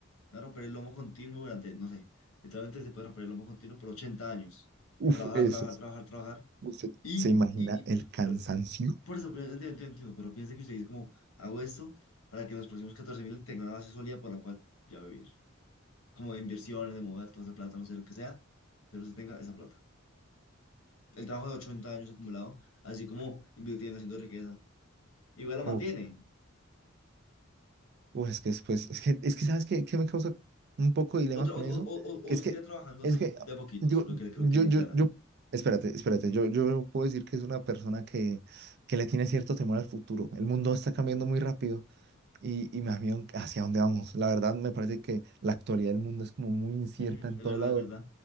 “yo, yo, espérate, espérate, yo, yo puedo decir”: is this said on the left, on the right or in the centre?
Right